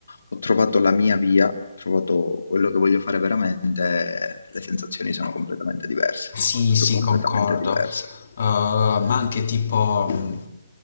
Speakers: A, on the left (about 85°); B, on the left (about 50°).
A: ho trovato la mia via, ho trovato quello che voglio fare veramente, le sensazioni sono completamente diverse,
B: Sì,
A: proprio
B: sì,
A: completamente
B: concordo.
A: diverse.
B: Uh, ma anche tipo, mh,